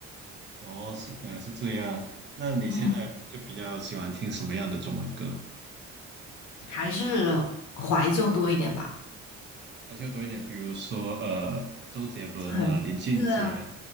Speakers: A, on the right (about 35°); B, on the left (about 75°).
A: 哦，是原来是这样。那你现在就比较喜欢听什么样的中文歌？
B: <laughs> 嗯，还是怀旧多一点吧。
A: 呃就多一点，比如说呃，周杰伦啊、
B: 很，
A: 林俊杰，
B: 对啊，